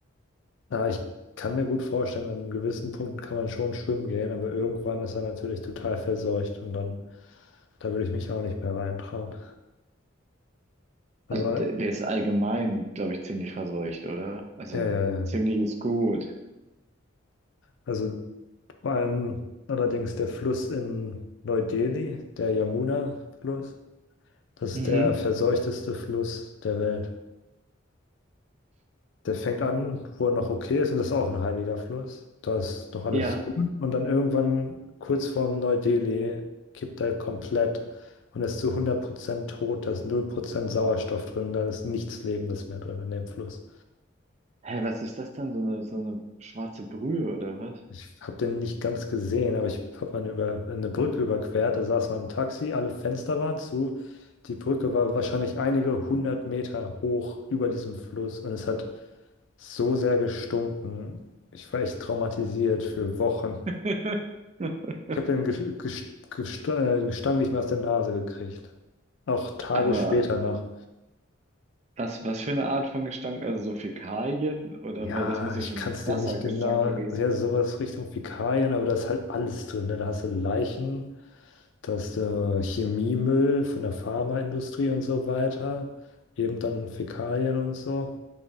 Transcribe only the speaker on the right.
Also der, der ist allgemein, glaube ich, ziemlich verseucht, oder? Also
ziemlich ist gut.
Mhm.
Ja.
Hä, was ist das dann? So eine, so eine schwarze Brühe oder was?
<laughs>
Aber
was, was für eine Art von Gestank? Also so Fäkalien? Oder
weil das muss
ja schon
ein krasser
Gestank
gewesen